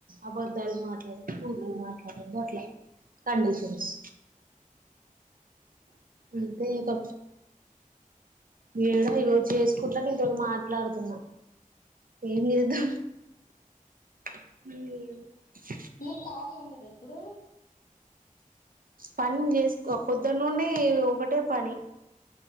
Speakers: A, on the right; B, on the left.
A: అబధాలు మాట్లాడకూడదు బూతులు మాట్లాడకూడదు అట్లా కండిషన్స్ అంతే ఇక నేడ ఈరోజు చేసుకుంటా నీతోటి మాట్లాడుతున్నా ఏం లేదు హ
B: మీ ఖాళీ ఉండదా ఇప్పుడు
A: పని చేసుకో పొద్దున్న నుండి ఒకటే పని